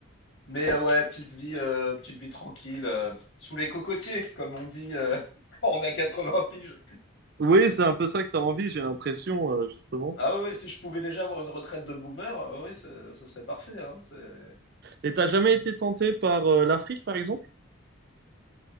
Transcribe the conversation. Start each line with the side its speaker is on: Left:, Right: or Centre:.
Left: Mais euh, ouais, petite vie, euh, petite vie tranquille, euh, sous les cocotiers, comme on dit euh, <laughs> quand on a 80 piges.
Right: Oui, c'est un peu ça que t'as envie, j'ai l'impression, euh, justement.
Left: Ah ouais, ouais, si je pouvais déjà avoir une retraite de boomer, euh, ouais, ce ce serait parfait. hein, c'est-
Right: Et t'as jamais été tenté par euh, l'Afrique, par exemple?